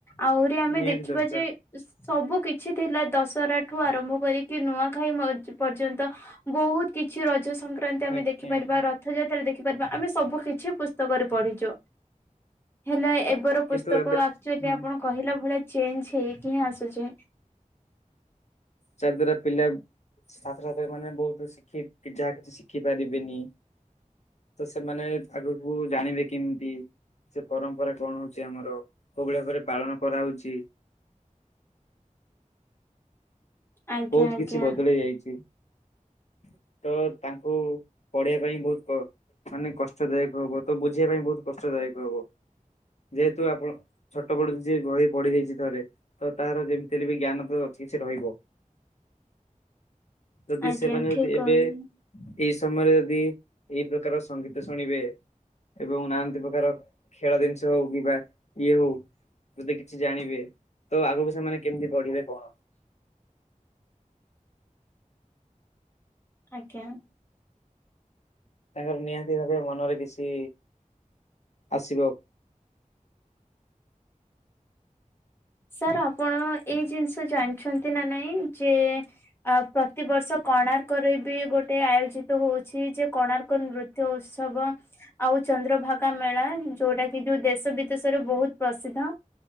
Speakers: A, on the left; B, on the left.
A: ଆହୁରି ଆମେ
B: ନିହାତି
A: ଦେଖିବା
B: ଦରକାର
A: ଯେ ସବୁ କିଛି କିଛି ଥିଲା ଦଶହରା ଠୁ ଆରମ୍ଭ କରିକି ନୂଆଖାଇ ପର୍ଯ୍ୟନ୍ତ ବହୁତ କିଛି ରଜ ସଂକ୍ରାନ୍ତି ଆମେ
B: ଆଜ୍ଞା
A: ଦେଖିପାରିବା
B: ଆଜ୍ଞା
A: ରଥଯାତ୍ରା ଦେଖିପାରିବା ଆମେ ସବୁ କିଛି ପୁସ୍ତକରେ ପଢିଛୁ। ହେଲେ ଏବେର
B: କିନ୍ତୁ
A: ପୁସ୍ତକ
B: ଏବେ
A: ଆକ୍ଚୁଆଲି
B: ହଁ
A: ଆପଣ କହିଲା ଭଳିଆ ଚେଞ୍ଜ ହେଇକିହିଁ ଆସୁଛି।
B: ଚାଦ୍ୱାରା ପିଲା ଛାତ୍ରଛାତ୍ରୀ ମାନେ ବହୁତ ଶିଖି କି ଯାହା କିଛି ଶିଖି ପାରିବେନି। ତ ସେମାନେ ଆଗକୁ ଜାଣିବେ କେମିତି? ସେ ପରମ୍ପରା କଣ ହଉଛି ଆମର କୋଉଭଳିଆ ଘରେ ପାଳନ କରାହଉଛି।
A: ଆଜ୍ଞା
B: ବହୁତ
A: ଆଜ୍ଞା
B: କିଛି ବଦଳି ଯାଇଛି। ତ ତାଙ୍କୁ ପଢେଇବା ପାଇଁ ବହୁତ ମାନେ କଷ୍ଟଦାୟକ ହବ ତ ବୁଝିବା ପାଇଁ ବହୁତ କଷ୍ଟଦାୟକ ହବ। ଯେହେତୁ ଆପଣ ଛୋଟ ପଡୁ ଯି ବହି ପଢି ଦେଇଛି ଥରେ ତ ତାର ଯେମିତିରେ ବି ଜ୍ଞାନ ତ ଅଛି। ରହିବ ଯଦି
A: ଆଜ୍ଞା
B: ସେମାନେ
A: ଠିକ
B: ଯଦି
A: କହିଲେ
B: ଏବେ ଏଇ ସମୟରେ ଯଦି ଏଇ ପ୍ରକାର ସଙ୍ଗୀତ ଶୁଣିବେ ଏବଂ ନାନାଦି ପ୍ରକାର ଖେଳ ଜିନିଷ ହଉ କିମ୍ବା ଇଏ ହଉ ଯଦି କିଛି ଜାଣିବେ ତ ଆଗକୁ ସେମାନେ କେମିତି ପଢିବେ କଣ?
A: ଆଜ୍ଞା।
B: ତାଙ୍କର ନିହାତି ଭାବେ ମନରେ କିଛି ଆସିବ
A: ସାର୍ ଆପଣ ଏଇ ଜିନିଷ ଜାଣିଛନ୍ତି ନା ନାଇଁ ଯେ ପ୍ରତିବର୍ଷ କୋଣାର୍କରେ ବି ଗୋଟେ ଟେ ଆୟୋଜିତ ହଉଛି ଯେ କୋଣାର୍କ ନୃତ୍ୟ ଉତ୍ସବ ଆଉ ଚନ୍ଦ୍ରଭାଗା ମେଳା ଯୋଉଟା କି ଯୋଉ ଦେଶ ବିଦେଶରେ ବହୁତ ପ୍ରସିଦ୍ଧ